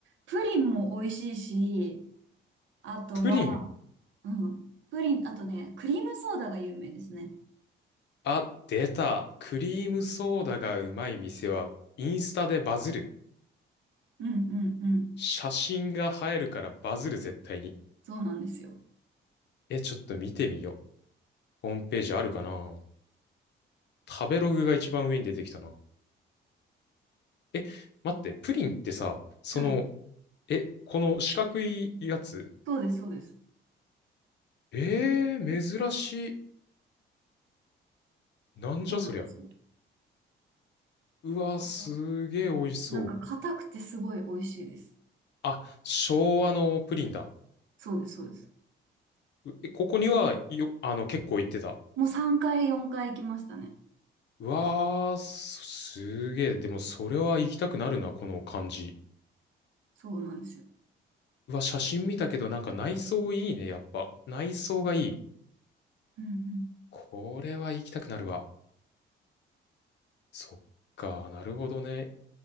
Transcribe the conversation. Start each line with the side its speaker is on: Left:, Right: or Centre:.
Right: プリンも美味しいし、あとは、
Left: プリン。
Right: うん。プリン、あとね、クリームソーダが有名ですね。
Left: あ、出た。クリームソーダがうまい店は、インスタでバズる。
Right: うんうんうん。
Left: 写真が映えるからバズる、絶対に。
Right: そうなんですよ。
Left: え、ちょっと見てみよう。ホームページあるかな食べログが一番上に出てきたな。え、待って、プリンってさ、その、
Right: はい。
Left: え、この四角いやつ
Right: そうです、そうです。
Left: えー、珍しい。なんじゃそりゃ。
Right: そうなんですよ。だ
Left: うわ、すげえ美味しそう。
Right: からなんか硬くてすごい美味しいです。
Left: あ、昭和のプリンだ。
Right: そうです、そうです。
Left: うえここにはよ、あの、結構行ってた。
Right: もう3回、4回行きましたね。
Left: うわー、すすげえ。でも、それは行きたくなるな、この感じ。
Right: そうなんですよ。
Left: うわ、写真見たけど、なんか内装いいね、やっぱ。内装がいい。
Right: うんうん。
Left: これは行きたくなるわ。そっか、なるほどね。